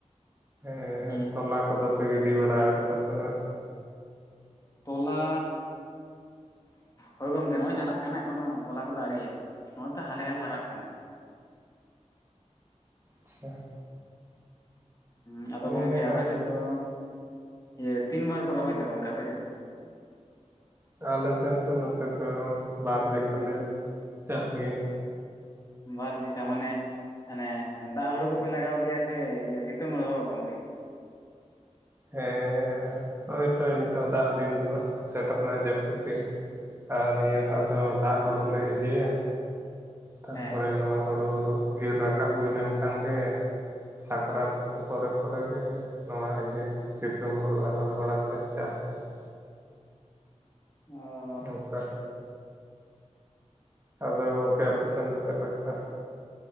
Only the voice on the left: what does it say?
ᱦᱩᱸ
ᱛᱚᱞᱟ ᱦᱳᱭ ᱜᱚᱝᱠᱮ ᱱᱚᱜᱼᱚᱭ ᱪᱟᱞᱟᱜ ᱠᱟᱱᱟ ᱮᱠᱷᱚᱱᱳ ᱛᱚᱞᱟ ᱠᱚᱫᱚ ᱟᱨᱮᱭᱟ ᱱᱚᱜᱚᱭ ᱛᱚ ᱦᱟᱞᱮ ᱦᱟᱞᱮ ᱦᱟᱨᱟᱜ ᱠᱟᱱᱟ᱾
ᱦ ᱟᱫᱚ
ᱜᱚᱝᱠᱮ ᱟᱯᱮᱥᱮᱫ
ᱫᱚ ᱤᱭᱟᱹ ᱛᱤᱱ ᱵᱟᱨ ᱠᱚ ᱨᱚᱦᱚᱭ ᱛᱟ ᱜᱚᱝᱠᱮ ᱟᱯᱮᱥᱮᱫ ᱫᱚ
ᱵᱟᱨ ᱡᱷᱤᱠᱟ ᱢᱟᱱᱮ ᱚᱱᱮ ᱫᱟᱜ ᱦᱩᱲᱩ ᱠᱚᱯᱮ ᱞᱟᱜᱟᱣ ᱜᱮᱭᱟ ᱥᱮ ᱤᱭᱟᱹ ᱥᱤᱛᱩᱝ ᱦᱩᱲᱩ ᱜᱚᱝᱠᱮ
ᱦᱮᱸ
ᱚ